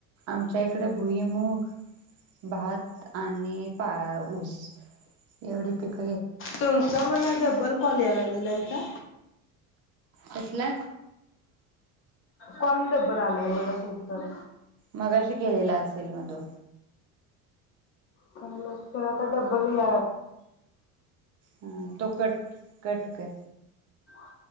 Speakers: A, on the right; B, on the left.
A: आमच्या इकड भुईमुग भात आणि पा ऊस. एवढी पिक.
B: तुमचा मला डबल कॉल याय लागलेला का?
A: कसला?
B: कॉल डबल आलेला मला खूप तर.
A: मगाशी केलेला असेल मग तो.
B: काल तर आता डबल
A: ह तो कट कट कर
B: <unintelligible> <unintelligible>